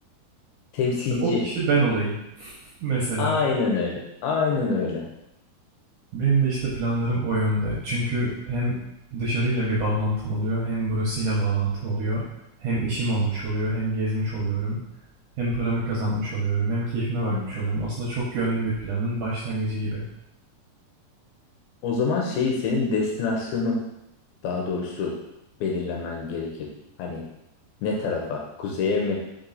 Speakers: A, on the left; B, on the right.
A: Temsilci
B: İşte o kişi ben olayım. <laughs> Mesela.
A: Aynen öyle. Aynen öyle.
B: Benim de işte planlarım o yönde. Çünkü hem dışarıyla bir bağlantım oluyor, hem burasıyla bağlantım oluyor. Hem işim olmuş oluyor, hem gezmiş oluyorum. Hem paramı kazanmış oluyorum, hem keyfime bakmış
A: Hmm.
B: oluyorum. Aslında çok yönlü bir planın başlangıcı gibi.
A: O zaman şeyi senin destinasyonu daha doğrusu belirlemen gerekir. Hani ne tarafa? Kuzeye mi?